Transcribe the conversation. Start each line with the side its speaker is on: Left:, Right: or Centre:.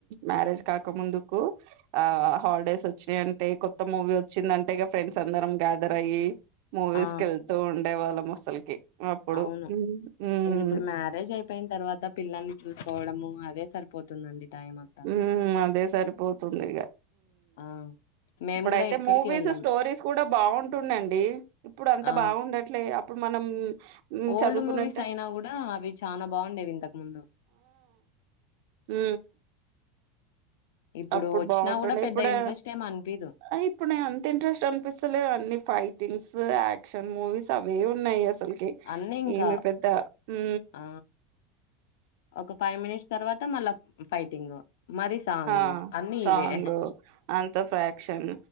Right: మ్యారేజ్ కాక ముందుకు ఆ హాలిడేస్ వచ్చినాయియంటే కొత్త మూవీ వచ్చిందంటే ఇక ఫ్రెండ్స్ అందరం గ్యాదర్ అయ్యి మూవీస్
Left: ఆ
Right: కు ఏళ్తూ ఉండే వాళ్ళం అసలకి అప్పుడు
Left: అవును
Right: హ్మ్ హ్మ్
Left: ఇంక ఇప్పుడు మ్యారేజ్ అయిపోయిన తర్వాత పిల్లల్ని చూస్ కోవడము అదే సరిపోతుందండి టైం అంతా
Right: ఉ అదే సరిపోతుంది ఇగా
Left: ఆ మేము
Right: ఆప్పుడయితే
Left: కూడా ఎక్కడికి
Right: మూవీస్
Left: వెళ్ళాం
Right: స్టోరీస్ కూడా బాగుంటుండండి ఇప్పుడు అంత
Left: ఆ
Right: బాగుండట్లే ఇప్పుడు మనం హ్మ్
Left: ఓల్డ్
Right: చదువుకున్నట్టే
Left: మూవీస్ అయినా కూడా అవి చనా బాగుండేవి ఇంతకు ముందు
Right: హ్
Left: ఇప్పుడు
Right: అప్పుడు
Left: వచ్చినా
Right: బాగుంటుండే
Left: కూడా పెద్ద
Right: ఇప్పుడే
Left: ఇంట్రెస్ట్ ఏం అనిపిదు
Right: హా ఇప్పుడు నే అంత ఇంట్రెస్ట్ అనిపిస్తలే అన్నీ ఫైట్ టీంగ్స్ యాక్షన్ మూవీస్ అవే ఉన్నాయి అసలకి
Left: అన్నీ ఇంకా
Right: ఈమె పెద్ద ఉ
Left: ఆ ఒక ఫైవ్ మినిట్స్ తర్వాత మళ్ళ ఫైటింగ్ మరి సాంగ్
Right: ఆ
Left: అన్ని
Right: సాంగ్
Left: ఇవే
Right: అంత ఫ్రాక్షన్